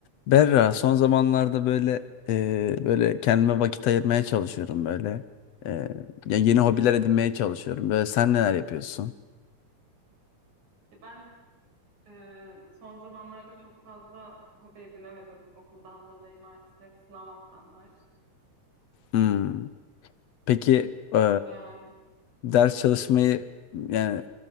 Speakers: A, on the left; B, on the right.
A: Berra, son zamanlarda böyle e, böyle kendime vakit ayırmaya çalışıyorum böyle. E, ya yeni
B: Hı.
A: hobiler edinmeye çalışıyorum. Böyle sen neler yapıyorsun?
B: E Ben e, son zamanlarda çok fazla hobi edinemedim. Okuldan dolayı maalesef sınav haftam var.
A: Hmm. Peki e,
B: Öyle yani.
A: ders çalışmayı yani